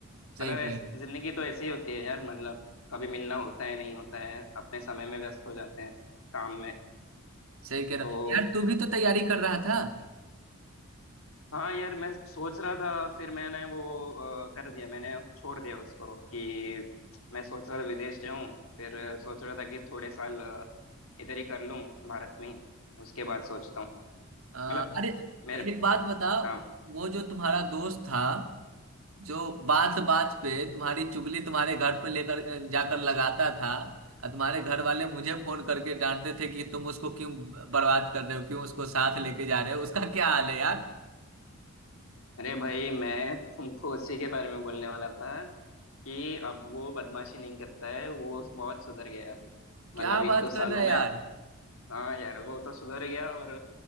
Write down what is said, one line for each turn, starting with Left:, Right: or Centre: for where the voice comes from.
Right: सही
Left: मतलब
Right: कह
Left: ऐसे
Right: रहे हो,
Left: जिंदगी तो ऐसी ही होती है यार मतलब कभी मिलना होता है नहीं होता है अपने समय में व्यस्त हो जाते हैं काम में
Right: सही कह
Left: तो
Right: रहा यार तू भी तो तैयारी कर रहा था
Left: हाँ यार मैं सोच रहा था फिर मैंने वो अ, कर दिया मैंने छोड़ दिया उसको कि मैं सोच रहा था विदेश जाऊं फिर सोच रहा था कि थोड़े साल अ, इधर ही कर लूं भारत में ही। उसके बाद सोचता हूँ
Right: आ,
Left: मतलब
Right: अरे
Left: मेरे
Right: एक बात बता
Left: हाँ
Right: वो जो तुम्हारा दोस्त था जो बात बात पे तुम्हारी चुगली तुम्हारे घर पे लेकर अ, जाकर लगाता था और तुम्हारे घर वाले मुझे फोन करके डांटते थे कि तुम उसको क्यों बर्बाद कर रहे हो क्यों उसको साथ लेके जा रहे हो उसका क्या हाल है यार
Left: अरे भाई मैं तुमको उसी के बारे में बोलने वाला था कि अब वो बदमाशी नहीं करता है वो बहुत सुधर गया है अभी मतलब
Right: क्या
Left: एक
Right: बात
Left: दो सालों
Right: कर रहा है
Left: में
Right: यार
Left: हाँ यार वो तो सुधर गया और